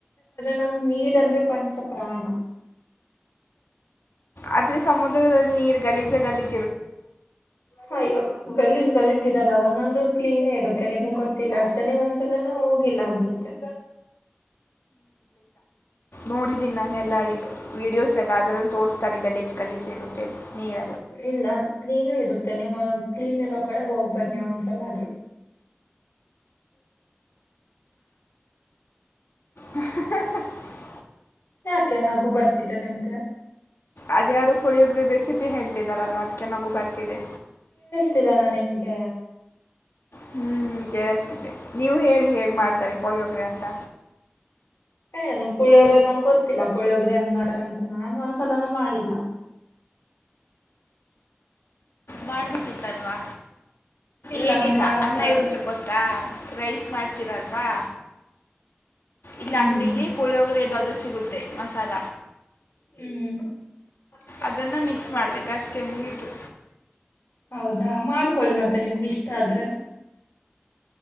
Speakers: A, on the left; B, on the left.
A: ನಂಗ್ ನೀರ್ ಅಂದ್ರೆ ಪಂಚ ಪ್ರಾಣ
B: ಆದ್ರೆ ಸಮುದ್ರದಲ್ಲಿ ನೀರ್ ಗಲಿ ಜಗಲಿ
A: ಹಯ್ಯೋ ಗಲೀಜ್ ಗಲಿಜಿರಲ್ಲ ಒಂದೊಂದು ಕ್ಲೀನೇ ಇರುತ್ತೆ ನಿಮ್ಗ್ ಗೊತ್ತಿಲ್ಲ ಅಷ್ಟೇ ಒಂದ್ಸಲನ ಹೋಗಿಲ್ಲ ಅನ್ಸುತ್ತೆ.
B: ನೋಡಿದೀನಿ ನಾನೆಲ್ಲಾ
A: ಹ್ಮ್
B: ವೀಡಿಯೋಸ್ ಲ್ಲ ಅದ್ರಲ್ಲಿ ತೋರಿಸ್ತಾರೆ ಗಲೀಜ್ ಗಲೀಜ ಇರುತ್ತೆ ನೀರ
A: ಇಲ್ಲ ಕ್ಲೀನು ಇರುತ್ತೆ ನೀವು ಕ್ಲೀನ್ ಇರೋ ಕಡೆ ಹೋಗ್ ಬನ್ನಿ ಒಂದ್ಸಲ ಆದ್ರೂ
B: ಹು-ಹು-ಹು-ಹು
A: ಯಾಕೆ ನಗು ಬರ್ತೀರ ನಿಮ್ಗೆ
B: ಅದ ಯಾರು ಪುಳಿಯೋಗರೆ ಬೇಸಿ ಹೇಳ್ತಿದಾರಲ್ವಾ ಅದಿಕೆ ನಗು ಬರ್ತಿದೆ
A: ತೀರನ ನಿಮ್ಗೆ
B: ಹ್ಮ್ ಕೆೇಳಸತಿದ್ದೆ ನೀವ ಹೇಳಿ ಹೇಗ್ ಮಾಡ್ತಾರೆ ಪೊಳಿಯೋಗ್ರೆ ಅಂತ
A: ಏನು ಪುಳಿಯೋಗ್ರ ನಂಗ ಗೊತ್ತಿಲ್ಲ ಪುಳಿಯೋಗ್ರ ಹೆಂಗ ಮಾಡಾರ ಅಂತ ನಾನು ಒಂದ್ಸಲನು ಮಾಡಿಲ್ಲ
B: ಮಾಡ್ಬೇಕಿತ್ತಲ್ವಾ
A: ಇಲ್ಲ
B: ಏನಿಲ್ಲ
A: ನಂಗ್ ಮಾಡಕ್
B: ಅನ್ನ
A: ಬರಲ್
B: ಇರುತ್ತೆ ಗೊತ್ತಾ ರೈಸ್ ಮಾಡ್ತೀರಲ್ವಾ ಇಲ್ಲ
A: ಹ್ಮ್
B: ಅಂಗಡಿಲಿ ಪುಳಿಯೋಗ್ರ ಅದ್. ಸಿಗುತ್ತೆ ಮಸಾಲ
A: ಹ್ಮ್ ಪಕ್ಷಿ ಎಲ್ಲ
B: ಅದನ್ನು
A: ಹಾಗ್ತಲ್ಲ
B: ಮಿಕ್ಸ್
A: ಹೆೇನ್
B: ಮಾಡಬೇಕು
A: ಮಾತಾಡುತ್
B: ಅಷ್ಟೇ ಮುಗೀತು
A: ಹೌದಾ ಮಾಡ್ಕೊಳ್ಳಿ ಮತ್ತೆ ನಿಮ್ಗೆ ಇಷ್ಟ ಆದ್ರೆ